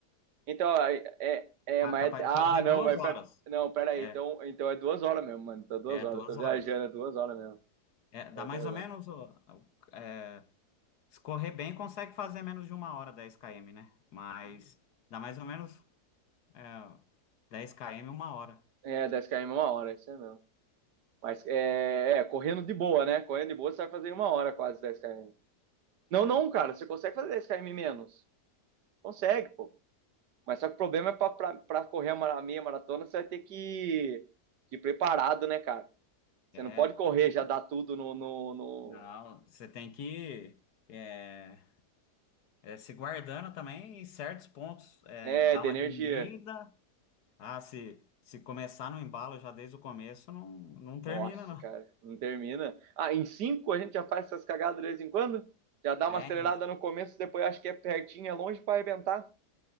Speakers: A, on the right (about 85°); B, on the left (about 75°).
A: Então, aí, é, é, é,
B: ah,
A: mas
B: capaz
A: é, ah,
B: de fazer em
A: não,
B: duas
A: mas
B: horas.
A: pera, não, pera aí,
B: É,
A: então, então é duas horas mesmo, mano, tá duas
B: é
A: horas,
B: duas
A: tô viajando,
B: horas.
A: é duas horas mesmo,
B: É, dá
A: é
B: mais
A: duas
B: ou
A: horas.
B: menos. ó, ó, É, se correr bem, consegue fazer menos de uma hora dez km, né? Mas dá mais ou menos é, 10 km, uma hora.
A: É, 10 km uma hora, isso é mesmo. Mas é, é, correndo de boa, né? Correndo de boa, você vai fazer em uma hora quase dez km. Não,
B: É,
A: não, cara, você consegue fazer dez km menos. Consegue, pô. Mas só que o problema é pra, pra, pra correr a mara- a meia maratona, você vai ter que, que ir preparado, né, cara? Você
B: é
A: não pode correr,
B: tipo.
A: já dar tudo no, no, no...
B: Não, você tem que é, é, se guardando também em certos pontos, é,
A: É,
B: dar
A: de
B: uma
A: energia.
B: diminuída. Ah, se, se começar no embalo já desde o começo, não, não termina,
A: Nossa,
B: não.
A: cara, não termina. Ah, em cinco a gente já faz essas cagadas de vez em quando? Já dá
B: É,
A: uma acelerada
B: então,
A: no começo, depois acho que é pertinho, é longe pra arrebentar.